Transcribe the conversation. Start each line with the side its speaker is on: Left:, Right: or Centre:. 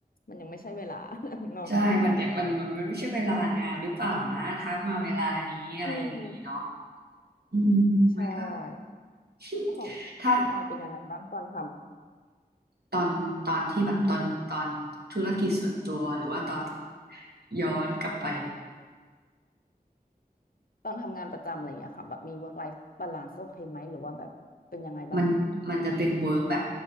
Left: มันยังไม่ใช่เวลา <laughs> เนาะ
Right: ใช่มันเดี๋ยวมันมันมันไม่ใช่เวลางานหรือเปล่านะทักมาเวลานี้อะไรอย่างนี้เนาะ
Left: อืม
Right: อืมมันก็
Left: <laughs> ใช่
Right: <laughs>
Left: แล้วของคุณออยเป็นยังไงบ้างตอนทำ
Right: ถ้าตอนตอนที่แบบตอนตอนธุรกิจส่วนตัวหรือว่าตอนย้อนกลับไป
Left: ตอนทำงานประจำอะไรอย่างเงี้ยค่ะแบบมี work life balance โอเคไหมหรือว่าแบบเป็นยังไงบ้าง
Right: มันมันจะเป็นเวิร์กแบบ